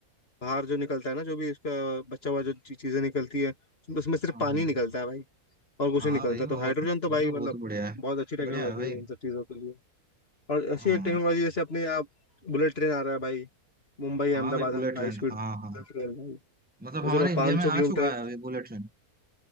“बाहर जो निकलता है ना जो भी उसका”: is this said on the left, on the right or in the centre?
Left